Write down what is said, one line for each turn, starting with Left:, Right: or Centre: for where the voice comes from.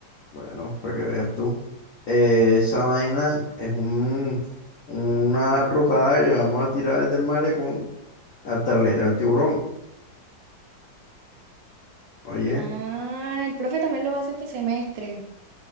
Left: Bueno, para que veas tú. Eh, esa vaina es un, una rotada que vamos a tirar desde el malecón hasta la era del tiburón. Oye,
Right: Ah, el profe también lo hace este semestre.